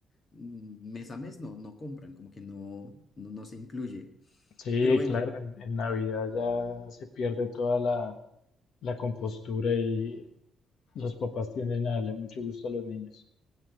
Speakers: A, on the left (about 30°); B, on the left (about 60°).
A: mm, mes a mes no, no compran, como que no, no, no se incluye.
B: Sí,
A: Pero bueno,
B: claro, en, en Navidad ya se pierde toda la, la compostura y Los papás tienden a darle mucho gusto a los niños.